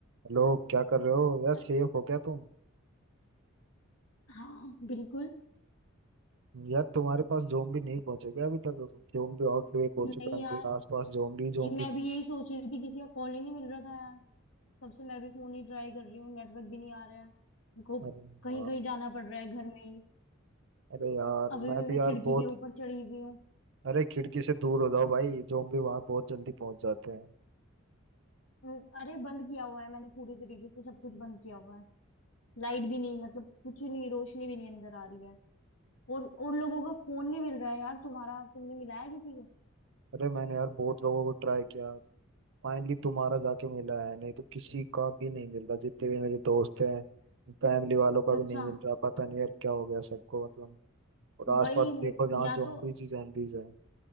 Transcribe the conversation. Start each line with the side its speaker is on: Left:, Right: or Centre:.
Right: Hello क्या कर रहे हो यार
Left: अरे
Right: सेफ हो क्या तुम
Left: हाँ बिल्कुल
Right: यार तुम्हारे पास जोम्बी नहीं पहुंचे क्या अभी तक जोम्बी आउटब्रेक हो
Left: नहीं
Right: चुका है मेरे
Left: यार
Right: आसपास जोम्बी
Left: नहीं
Right: जोम्बी
Left: मैं भी यही सोच रही थी किसी का कॉल ही नहीं मिल रहा था यार तब से मैं भी फोन ही ट्राई कर रही हूँ नेटवर्क भी नहीं आ रहा है मेरे को
Right: अरे
Left: कहीं
Right: यार
Left: कहीं जाना पड़ रहा है घर में ही
Right: अरे यार
Left: अभी
Right: मैं
Left: भी
Right: भी
Left: मैं
Right: यार
Left: खिड़की
Right: बहुत
Left: के ऊपर चढ़ी हुई हूँ
Right: अरे खिड़की से दूर हो जाओ भाई जोम्बी वहां बहुत जल्दी पहुंच जाते हैं
Left: हम्म, अरे बंद किया हुआ है मैंने पूरी तरीके से सब कुछ बंद किया हुआ है लाइट भी नहीं मतलब कुछ नहीं रोशनी भी नहीं अंदर आ रही है और और लोगों का फोन नहीं मिल रहा है यार तुम्हारा तुमने मिलाया किसी को
Right: अरे मैंने यार बहुत लोगों को ट्राई किया फाइनली तुम्हारा जाके मिला है नहीं तो किसी का भी नहीं मिल रहा जितने भी मेरे दोस्त हैं फैमिली वालों का भी
Left: अच्छा
Right: नहीं मिल रहा पता नहीं यार क्या हो गया सबको मतलब और आसपास
Left: वही
Right: देखो जहाँ
Left: या
Right: जोम्बीज
Left: तो
Right: ही जोम्बीज हैं